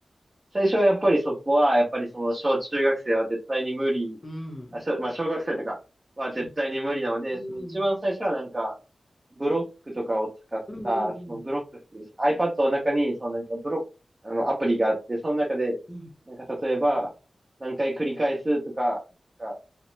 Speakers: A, on the right (about 25°); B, on the left (about 30°).
A: 最初はやっぱりそこはやっぱりその小中学生は絶対に無理、
B: うん、
A: あ、小まあ小学生とかは絶対に無理なので、
B: うん、うん、
A: その一番最初はなんかブロックとかを使った、
B: うん、
A: そのブロックっていう、iPad の中にそのなんかブロック、あのアプリがあって、その中でなんか例えば何回繰り返すとか、
B: うん。
A: なんか